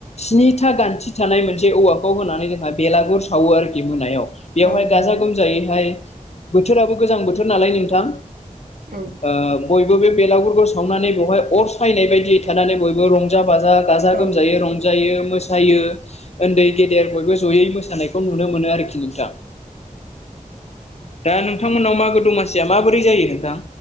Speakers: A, on the left; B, on the right.
A: स्निथा गान्थि थानाय मोन थि औवाखौ होनानै जोंहा बेलागुर सावो आरो मोनायाव बेयावहाय
B: औ
A: गाजा
B: नंगौ
A: गोमजायैहाय बोथोराबो गोजां बोथोर नालाय नोंथां
B: औ
A: ओ बयबो बे बेलागुरखौ सावनानै बेवहाय अर सायनाय बायदियै थानानै बयबो रं जा बाजा गाजा
B: औ
A: गोमजायै रंजायो मोसायो उन्दै गेदेर बयबो जयै मोसानायखौ नुनो मोनो आरोखि नोंथां दा नोंथांमोनाव मागो दमासिया माबोरै जायो नोंथां